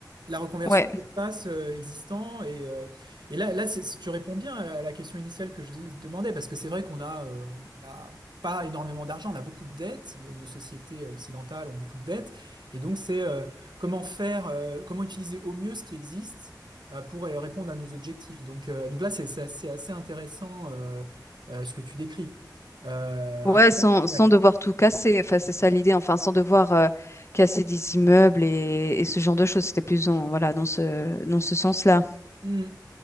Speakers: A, on the right (about 80°); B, on the left (about 40°).
A: La reconversion
B: Ouais.
A: d'espace euh, existant et, euh, et là, là c'est, c'est- tu réponds bien à la, à la question initiale que je dis- demandais parce que c'est vrai qu'on a, euh, on n'a pas énormément d'argent, on a beaucoup de dettes, nos, nos sociétés occidentales ont beaucoup de dettes et donc c'est euh, comment faire, euh, comment utiliser au mieux ce qui existe euh, pour euh, répondre à nos objectifs. Donc, euh, donc là c'est c'est assez, assez intéressant euh, euh, ce que tu décris. Euh,
B: Ouais,
A: après,
B: sans, sans
A: Ouais.
B: devoir tout casser. Enfin, c'est ça l'idée. Enfin, sans devoir euh, casser des immeubles et, et ce genre de choses. C'était plus dans, voilà, dans ce, dans ce sens-là.
A: Hmm.